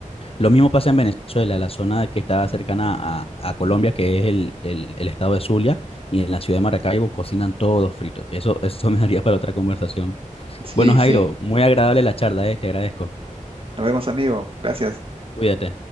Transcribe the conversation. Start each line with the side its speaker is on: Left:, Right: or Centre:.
Left: Lo mismo pasa en Venezuela, la zona que está cercana a, a Colombia, que es el, el- el estado de Zulia, y en la ciudad de Maracaibo cocinan todos frito. que eso, eso <laughs> me daría para otra conversación.
Right: Sí,
Left: Bueno, Jairo,
Right: sí.
Left: muy agradable la charla, eh, te agradezco.
Right: Nos vemos, amigo. Gracias.
Left: Cuídate.